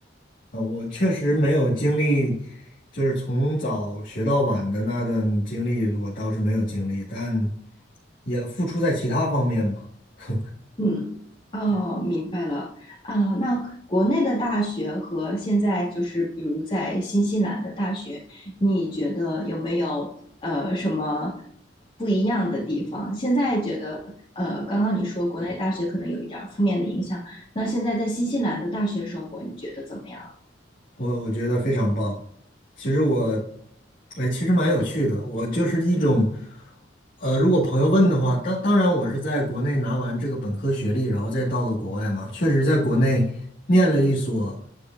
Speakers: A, on the left (about 50°); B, on the left (about 30°).
A: 啊，我确实没有经历，就是从早学到晚的那段经历，我倒是没有经历，但也付出在其他方面吧。<laughs>
B: 嗯，哦，
A: 对。
B: 明白了啊，那国内的大学和现在就是，比如在新西兰的大学，你觉得有没有呃什么不一样的地方？现在觉得呃，刚刚你说国内大学可能有一点儿负面的影响，那现在在新西兰的大学生活，你觉得怎么样？
A: 我我觉得非常棒。其实我，哎，其实蛮有趣的。我就是一种，
B: 嗯，
A: 呃，如果朋友问的话，当当然我是在国内拿完这个本科学历，然后再到了国外嘛。确实在国内念了一所，